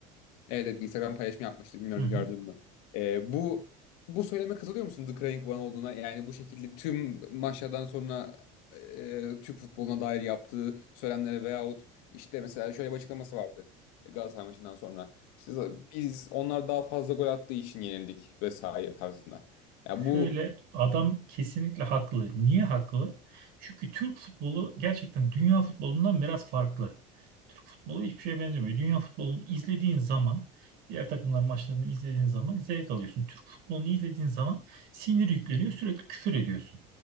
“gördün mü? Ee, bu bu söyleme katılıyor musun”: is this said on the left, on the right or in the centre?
Left